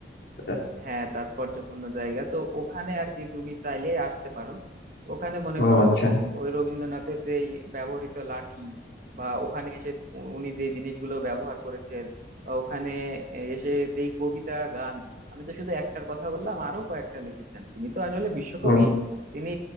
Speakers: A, on the left (about 75°); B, on the right (about 45°).
A: এটা।
B: হ্যাঁ তাৎপর্যপূর্ণ জায়গা তো ওখানে আর কি তুমি চাইলে আসতে পারো ওখানে মনে
A: ও
B: করো
A: আচ্ছা
B: ওই রবীন্দ্রনাথের যেই ব্যবহৃত লাঠি বা ওখানে এসে উ- উনি যে জিনিসগুলো ব্যবহার করেছেন বা ওখানে এসে যেই কবিতা গান আমি তো শুধু একটার কথা বললাম আরো কয়েকটা লিখেছেন তিনি তো আসলে বিশ্বকবি
A: ও
B: তিনি